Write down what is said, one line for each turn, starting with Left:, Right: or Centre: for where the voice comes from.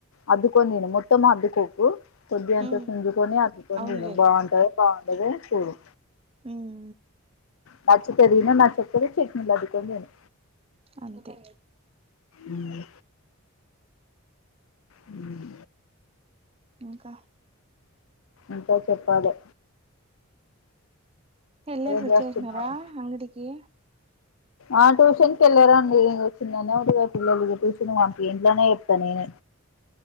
Left: అద్దుకొని తిను మొత్తము అద్దుకోకు. కొద్దిగ అంత
Right: ఉమ్
Left: చించుకొని అద్దుకొని
Right: అవునులే
Left: తిను, బాగుంటదో బాగుండదో చూడు.
Right: ఉమ్
Left: నచ్చితే తిను, నచ్చకపోతే చట్నీలో అద్దుకొని తిను.
Right: అంతే
Left: ఉమ్ ఉమ్
Right: ఇంకా
Left: ఇంకా చెప్పాలె.
Right: వెల్లేసి
Left: ఏం
Right: వచ్చేసినారా
Left: చేస్తున్నావు
Right: అంగడికి?
Left: ఆ ట్యూషన్కి ఎళ్ళ రండి, ఇగో చిన్న ఉడుగా పిల్ల ట్యూషన్ పంపి ఇంట్లోనే చెప్స్తా నేనే